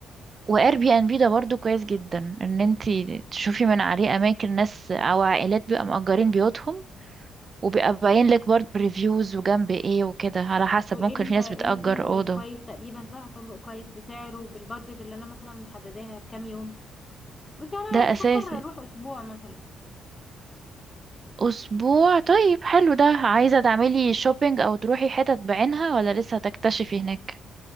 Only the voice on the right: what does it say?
واير بي ان بي ده برضو كويس جدا ان انتي تشوفي من عليه اماكن ناس او عائلات بيبقى مأجرين بيوتهم وبيبقى باين لك برضو ريفيوز وجنب ايه وكده على حسب
ممكن
في ناس
بتأجر
أوضة
ده
أساسي
أسبوع طيب حلو ده عايزة تعملي شوبينج أو تروحي حتت بعينها ولا لسه هتكتشفي هناك